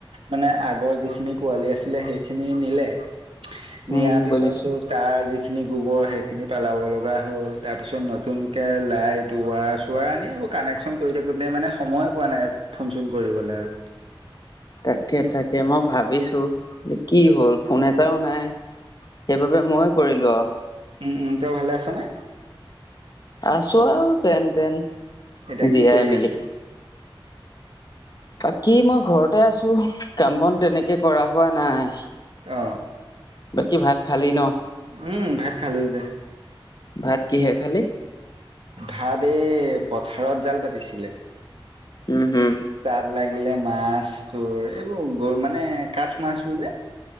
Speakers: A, on the right (about 75°); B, on the left (about 45°).
A: মানে আগৰ যিখিনি পোৱালি আছিলে সেইখিনি নিলে নিয়াৰ
B: উম
A: পিছতো
B: বুজিছো
A: তাৰ যি যিখিনি গোবৰ সেইখিনি পেলাব লগা হ'ল তাৰপিছত নতুনকৈ লাইট উৱা চোৱা এনে এইবো উ কানেকচন কৰি থাকোতে মানে সময়ে পোৱা নাই ফোন চোন কৰিবলে আৰু।
B: তাকে তাকে মই ভাবিছো। কি হ'ল ফোন এটাও নাই সেইবাবে মই কৰিলো আও।
A: উম উম তই ভালে আছনে?
B: আছো আও যেন তেন।
A: এতিয়া
B: জীয়াই
A: কি কৰি
B: মেলি
A: আছ?
B: বাকী মই ঘৰতে আছো, কাম বন তেনেকে কৰা হোৱা নাই।
A: অ।
B: বাকী ভাত খালি ন।
A: উম ভাত খালো যে
B: ভাত কিহে খালি
A: ভাত এই পথাৰত জাল পাতিছিলে
B: উম হোম
A: তাত লাগিলে মাছ তোৰ এইবোৰ গৰু মানে কাঠ মাছবোৰ যে